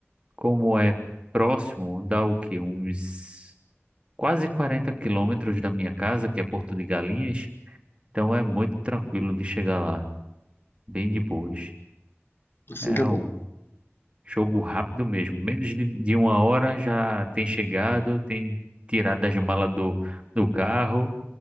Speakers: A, on the right; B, on the left.
A: como é próximo, dá o quê? Uns quase 40 quilômetros da minha casa, que é Porto de Galinhas. Então é muito tranquilo de chegar lá, bem de boas.
B: assim
A: É
B: que é bom.
A: um Jogo rápido mesmo. Menos de, de uma hora já tem chegado, tem tirado as malas do, do carro